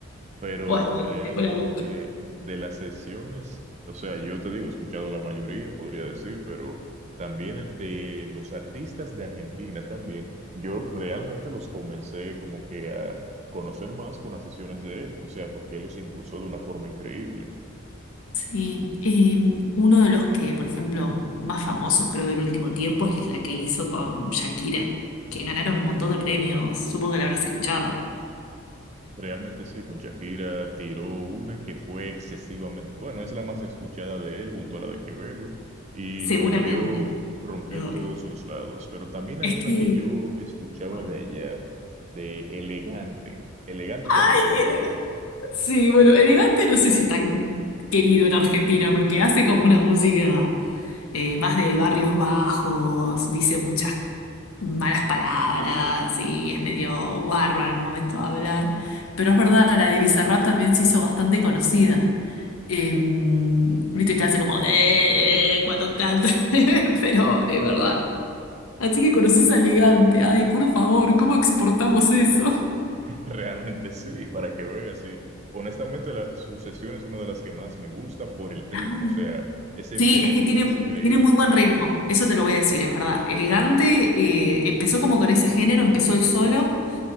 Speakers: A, on the right; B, on the left.
A: pero
B: Bueno,
A: realmente
B: después la busco.
A: de las sesiones, o sea, yo te digo, he escuchado la mayoría, podría decir, pero también de los artistas de Argentina también, yo realmente los comencé como que a conocer más con las sesiones de él, o sea, porque él los impulsó de una forma increíble.
B: Sí, em, uno de los que, por ejemplo, más famosos creo del último tiempo es la que hizo con Shakira, que ganaron un montón de premios, supongo que la habrás escuchado,
A: Realmente sí, con Shakira tiró una que fue excesivamente, bueno, es la más escuchada de él junto a la de Quevedo y
B: seguramente,
A: rompió, rompió
B: pero
A: en todos los lados. Pero también hay
B: es
A: una
B: que...
A: que yo escuchaba
B: ¿cuál?
A: de allá, de Elegante. Elegante
B: ¡Ay!
A: es argentino también.
B: Sí, bueno, elegante no sé si es tan querido en Argentina porque hace como una música eh, más de barrios bajos, dice muchas malas palabras y es medio guarro al momento de hablar. Pero es verdad, la de Bizarrap también se hizo bastante conocida. Eh, viste que hace como eh, eh, cuando canta, <laughs> pero es verdad. Así que conoces a Elegante, ay, por favor, ¿cómo exportamos eso?
A: <laughs> Realmente sí, para que veas. Y honestamente la, su sesión es una de las que más me gusta por el ritmo,
B: Ay.
A: o sea, ese
B: Sí,
A: beat
B: es que tiene,
A: es increíble.
B: tiene muy buen ritmo, eso te lo voy a decir, es verdad. Elegante, eh, empezó como con ese género, empezó el solo.